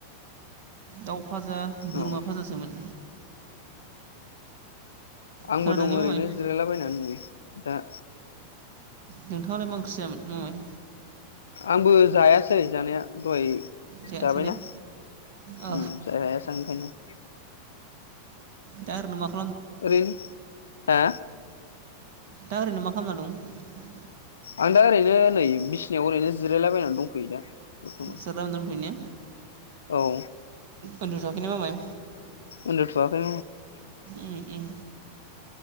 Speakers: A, on the right; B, on the left.
A: दाउ फाजा बोरमा
B: औ
A: फाजासोमोन।
B: आंबो
A: खोनादों
B: दं
A: ने
B: ओरैनो
A: मामाय
B: जिरायलाबायनानै नै दा।
A: नोंथाङलाय मा ओंख्रि जायामोन मामाय?
B: आंबो जायासै जानाया दहाय
A: जायासै
B: जाबायना
A: ने औ
B: ओम जायासै आं ओंखायनो।
A: दा ओरैनो मा खालामदों?
B: ओरै हा?
A: दा ओरैनो मा खालामना दं?
B: आं दा ओरैनो नै बिसिनायाव ओरैनो जिरायलाबायनानै दंथ'यो दा। बरथमान
A: जिरायलाबायना दंथ'यो ने
B: औ।
A: उनदु थ'याखै ने मामाय
B: अ उथवाखाय
A: ओम ओम